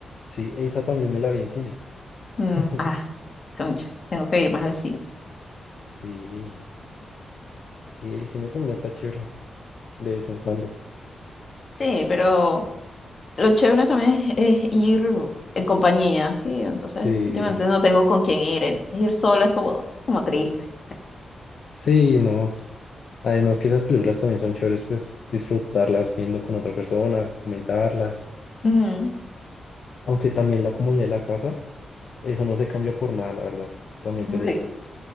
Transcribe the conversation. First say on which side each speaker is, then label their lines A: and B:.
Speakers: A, on the left; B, on the left.
A: Sí, esa también me la vi en cine.
B: Mm,
A: <laughs>
B: ah, concha, tengo que ir más al cine.
A: Sí, sí, el cine también está chévere de vez en cuando.
B: Sí, pero lo chévere también es, es ir en compañía, sí, entonces
A: Sí,
B: últimamente no tengo con quién ir, entonces ir solo es como, como triste.
A: sí, no. Además que esas películas también son chéveres, pues disfrutarlas viendo con otra persona, comentarlas.
B: Ujú,
A: Aunque también la comodidad de la casa, eso no se cambia por nada, la verdad. También
B: Sí,
A: te lo digo.